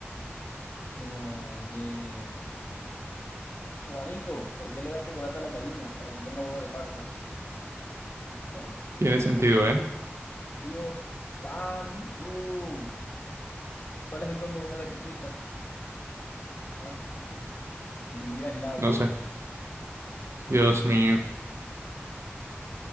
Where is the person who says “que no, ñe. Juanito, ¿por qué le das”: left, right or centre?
Left